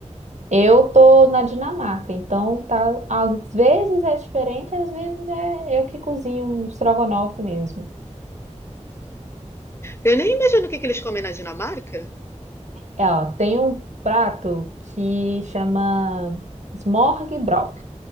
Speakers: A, on the right; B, on the left.
A: eu tô na Dinamarca, então tá, às vezes é diferente, às vezes é eu que cozinho um estrogonofe mesmo.
B: Eu nem imagino o que que eles comem na Dinamarca.
A: É, ó, tem um prato que chama smørrebrød,